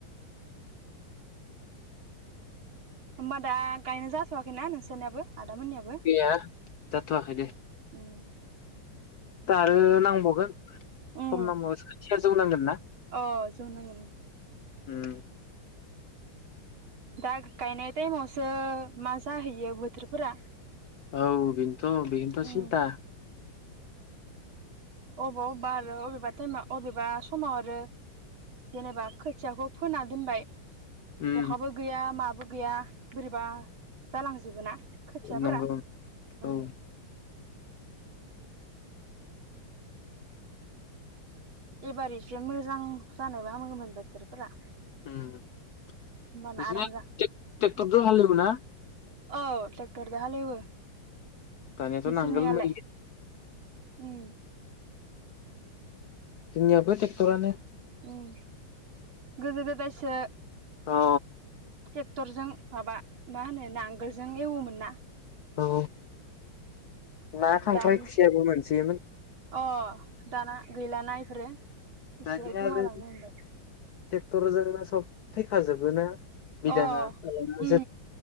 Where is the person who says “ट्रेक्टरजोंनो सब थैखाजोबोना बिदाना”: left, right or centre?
Left